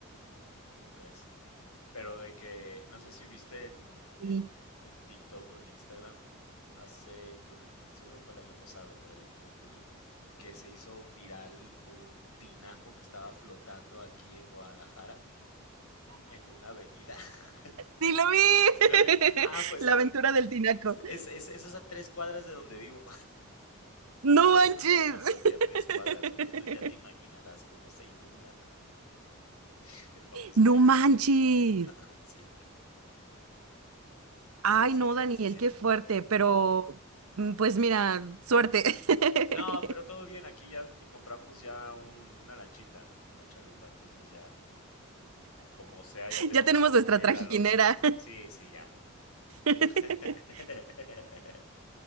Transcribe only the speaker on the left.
¿cómo crees? Pero de que, no sé si viste en,
en, en TikTok o en Instagram, hace, creo que seguro fue el año pasado, por ahí de junio, julio, que se hizo viral un tinaco que estaba flotando aquí en Guadalajara, en una avenida. <laughs>
¿Sí lo vi? Ah, pues
es, es, es a tres cuadras de donde vivo.
<laughs> Todo
eso pasó aquí a tres cuadras,
entonces ya te imaginarás cómo se inunda <laughs> el famoso
tinaco.
<laughs> Sí,
sí, sí,
se-
sí se
inunda
feo.
No, pero todo bien, aquí ya compramos ya un- una lanchita, una chalupa, entonces ya, como sea, ya tenemos
cómo
ir
al Oxxo. Sí, sí, ya.
<laughs>